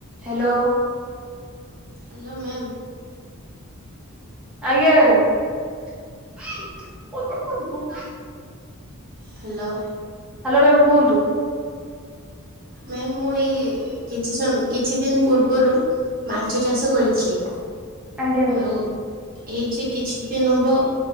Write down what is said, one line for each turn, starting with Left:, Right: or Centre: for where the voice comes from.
Centre: Hello.
Right: Hello ma'am.
Centre: ଆଜ୍ଞା ma'am.
Right: Hello.
Centre: Hello ma'am କୁହନ୍ତୁ?
Right: Ma'am ମୁଁ ଏଇ କିଛି ସମୟ କିଛି ଦିନ ପୂର୍ବରୁ ମାଛ ଚାଷ କରିଥିଲି।
Centre: ଆଜ୍ଞା ମ୍ୟାମ୍।
Right: ଆଉ ଏଇଯେ କିଛି ଦିନ ହବ